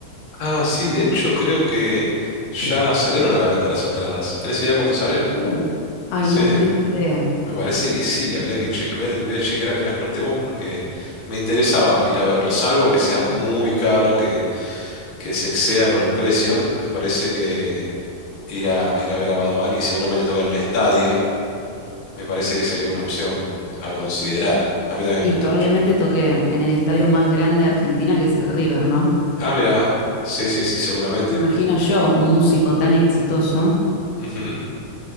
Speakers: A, on the left; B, on the left.
A: Ah, sí, de hecho creo que ya salieron a la venta las entradas. ¿Tenés idea cuánto salen?
B: ¿En serio? Ay,
A: Sí,
B: no, no tengo idea.
A: me parece que sí. Habría que chequear. Voy a, ten- voy a chequear apenas cortemos porque me interesaba ir a verlo, salvo que sea muy caro, que que se exceda con el precio. Me parece que ir a, ir a ver a Bad Bunny seguramente toca en un estadio. Me parece que sería una opción a considerar. A mí también
B: Y
A: me gusta
B: probablemente
A: mucho Bad Bunny.
B: toque en el estadio más grande de Argentina, que es el River, ¿no?
A: Ah, mira. Sí, sí, sí, seguramente.
B: Imagino yo, un músico tan exitoso.
A: Ujú.